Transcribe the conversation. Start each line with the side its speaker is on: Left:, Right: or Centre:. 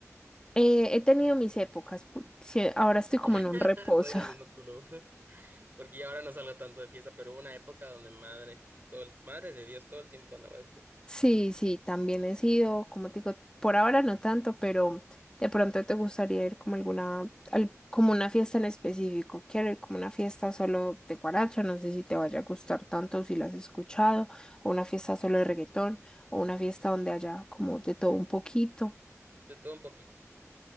Left: eh, he tenido mis épocas, pu- sí, ahora estoy como
Right: <laughs>
Left: en un reposo.
Right: Soy del mismo club, <laughs> porque ya ahora no salgo tanto de fiesta, pero hubo una época donde madre, todo el, madre de Dios, todo el tiempo andaba de fiesta.
Left: Sí, sí, también he sido, como te digo, por ahora no tanto, pero de pronto te gustaría ir como alguna, al- como una fiesta en específico. Quiero ir como una fiesta solo de guaracha, no sé si te vaya a gustar tanto si la has escuchado, o una fiesta solo de reggaetón, o una fiesta donde haya como de todo un poquito.
Right: De todo un poquito.